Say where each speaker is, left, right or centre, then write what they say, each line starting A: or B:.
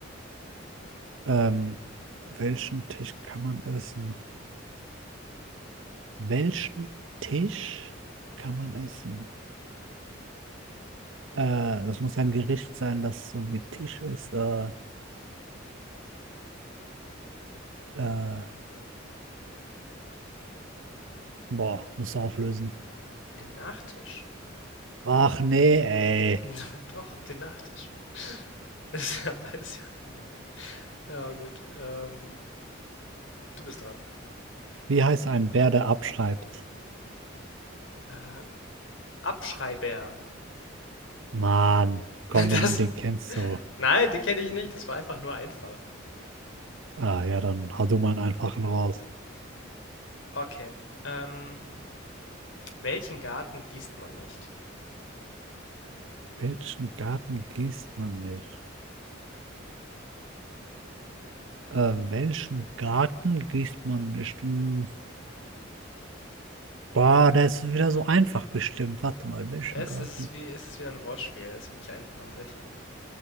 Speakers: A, on the right; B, on the left.
A: Ähm, welchen Tisch kann man essen? Welchen Tisch kann man essen? Äh, das muss ja ein Gericht sein, das so wie Tisch ist. Äh, äh, boah, muss auflösen.
B: Den Nachtisch.
A: Ach nee, ey.
B: <laughs> Doch, den Nachtisch. <laughs> Das ist ja, aber ist ja eigentlich. Ja, gut. Ähm, du bist dran.
A: Wie heißt ein Bär, der abschreibt?
B: Äh, Abschreiber.
A: Mann, komm,
B: <laughs> Das.
A: den, den kennst du.
B: Nein, die kenne ich nicht. Das war einfach nur einfach.
A: Ah ja, dann hau du mal einen einfachen raus.
B: Okay. Ähm, welchen Garten gießt man nicht?
A: Welchen Garten gießt man nicht? Äh, welchen Garten gießt man nicht? Hm. Boah, das ist wieder so einfach bestimmt. Warte mal, welchen
B: Es,
A: Garten?
B: es ist wie, es ist wieder ein Wortspiel. Es ist wirklich einfach an sich.